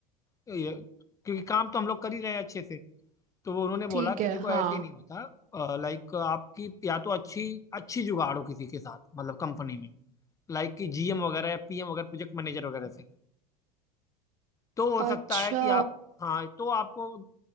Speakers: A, on the left (about 15°); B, on the right (about 35°).
A: तो ये क्योंकि काम तो हम लोग कर ही रहे हैं अच्छे से तो वो उन्होंने बोला
B: ठीक है
A: कि देखो
B: हाँ
A: ऐसे ही नहीं होता लाइक आपकी या तो अच्छी अच्छी जुगाड़ हो किसी के साथ मतलब कंपनी में लाइक कि जीएम वगैरह या पीएम वगैरह प्रोजेक्ट मैनेजर वगैरह से तो हो सकता
B: अच्छा
A: है कि आप हाँ तो आपको